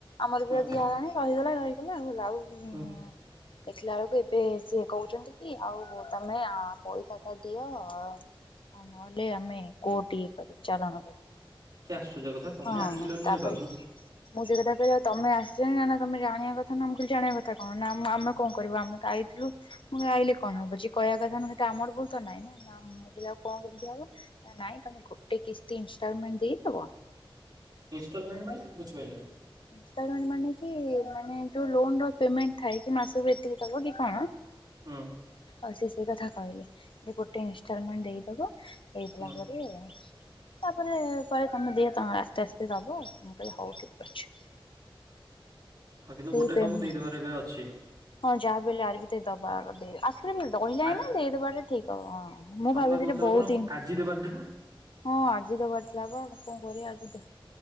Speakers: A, on the left; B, on the right.
A: ଆମର
B: ହଁ
A: ବି ଆଉ ଦିଆ ହେଲାନି। ରହିଗଲାଉ, ଲାଉ-ଉ
B: ହୁଁ
A: ଦେଖିଲା ବେଳକୁ ଏବେ ସିଏ କହୁଛନ୍ତି କି, ଆଉ ତମେ ଆ ପଇସା ଟା ଦିଅ ଆଉ, ନହେଲେ ଆମେ କୋଟ ଇଏ କରିବୁ, ଚାଲାଣ କରିବୁ।
B: କି ଆଶ୍ଚର୍ଯ୍ୟ କଥା ତମେ
A: ହଁ,
B: ଆସିଲନି
A: ତା'ପରେ
B: ନେବାକୁ
A: ମୁଁ ସେ କଥା କହିଲା, ତମେ ଆସିଲଣି ନା ନା ତମେ ଜାଣିବା କଥା ନା। ମୁଁ କହିଲି ଜାଣିବା କଥା କଣ? ନା ଆମେ କଣ କରିବୁ? ଆମେ ଆଇଥିଲୁ, ମୁଁ ଆଇଲେ କଣ ହବ! ଯେ କ କହିବା କଥା ନୁହେଁ, ହେଟା ଆମର ଭୂଲ୍ ତ ନାଇଁ ନା, ଆଉ କଣ କେମିତିଆ ହବ, ନା ନାଇଁ ତମେ ଗୋଟେ କିସ୍ତି ଇନସ୍ ଟଲମେଣ୍ଟ ଦେଇଦବ?
B: ଇନଷ୍ଟଲମେଣ୍ଟ ମାନେ, ବୁଝିପାଇଲିନି?
A: ଇନଷ୍ଟଲମେଣ୍ଟ ମାନେ, କି ମାନେ ଯୋଉ ଲୋନର ପେମେଣ୍ଟ ଥାଏ, ମାସକୁ ଏତିକି ଦେବକି କଣ?
B: ହୁଁ।
A: ଆଉ ସେ ସେଇ କଥା କହିଲେ, ଯେ ଗୋଟେ ଇନଷ୍ଟଲମେଣ୍ଟ ଦେଇଦବ, ଦେଇଦେଲା
B: ହୁଁ
A: ପରେ ଏଁ ତା'ପରେ ପରେ କହିଲେ, ତମେ ଦିଅ, ତମେ ଆସ୍ତେ ଆସ୍ତେ ଦବ ଆଉ। ମୁଁ କହିଲି ହଉ ଠିକ୍ ଅଛି। ଅଛି।
B: ହଁ, କିନ୍ତୁ
A: ସେଇ
B: ଗୋଟେ
A: ପେମେଣ୍ଟ
B: ତମକୁ ଦେଇଦବାର ଏବେ ଅଛି।
A: ହଁ, ଯାହାବି ହେଲେ ଆରି ଭିତରେ ଦବା ଆଗ <unintelligible>
B: ଆ
A: ଦେଇଦବାଟା ଠିକ୍ ହବ। ହଁ। ମୁଁ
B: ତମେ
A: ଭାବିଥିଲି
B: ବା କହୁଥିଲ
A: ବହୁତ
B: କଣ
A: ଦିନ। ହଁ,
B: ଆଜି ଦେବାର ଥିଲା
A: ଆଜ୍ ଆଜି ଦବାରଥିଲା ବା ଆଉ କଣ କରିବା ଆଜି ତ